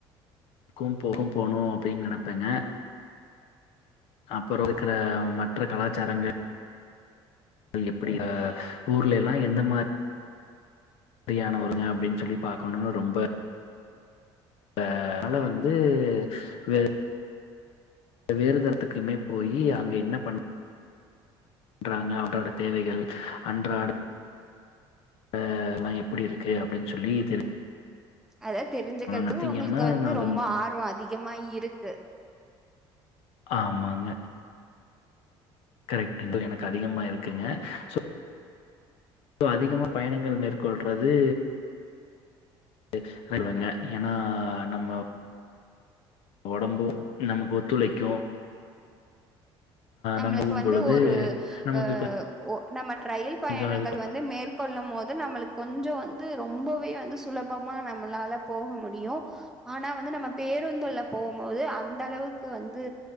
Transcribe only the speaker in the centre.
அத தெரிஞ்சிக்கிறதுக்கு
உங்களுக்கு வந்து
ரொம்ப ஆர்வோ அதிகமா இருக்கு
நம்மளுக்கு
வந்து
ஒரு
அ நம்ம ரயில்
பயணங்கள்
வந் து மேற்கொள்ளும் போது நம்மளுக்கு கொஞ்சோ வந்து ரொம்பவே வந்து சுலபமா நம்மளால போக முடியு ஆனா வந்து நம்ம பேருந்து உள்ள போகும்போது, அந்த அளவுக்கு வந்து